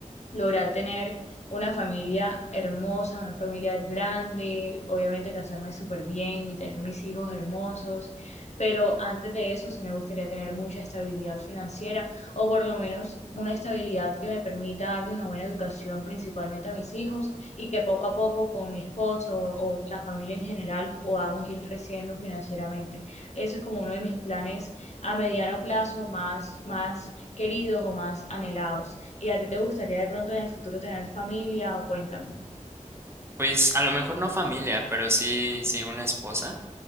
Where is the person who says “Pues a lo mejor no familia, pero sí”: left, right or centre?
Right